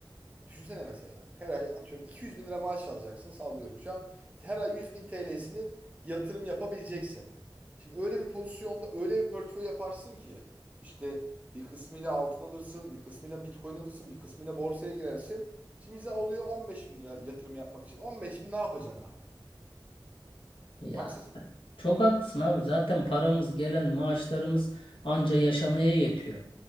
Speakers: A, on the right; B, on the left.
A: Düşünsene mesela her ay atıyorum 200 bin lira maaş alacaksın sallıyorum. Şu an işte her ay 100 bin TL'sini yatırım yapabileceksin. Şimdi öyle bir pozisyonda öyle bir portföy yaparsın ki işte bir kısmıyla altın alırsın, bir kısmıyla Bitcoin alırsın, bir kısmıyla borsaya girersin. Şimdi bize oluyor 15 bin lira yatırım yapmak için. 15 bin ne yapacaksın abi?
B: Ya
A: Haksız mı?
B: çok haklısın abi. Zaten paramız gelen maaşlarımız anca yaşamaya yetiyor.